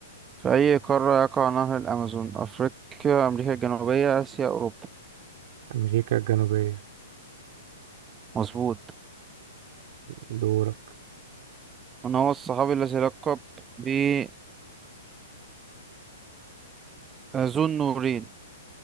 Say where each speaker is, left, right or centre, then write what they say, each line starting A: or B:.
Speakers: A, on the right; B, on the right.
A: في أي قارة يقع نهر الأمازون أفريقيا أمريكا الجنوبية آسيا أوروبا
B: أمريكا الجنوبية
A: مظبوط
B: دورك
A: من هو الصحابي الذي لقب بذو النورين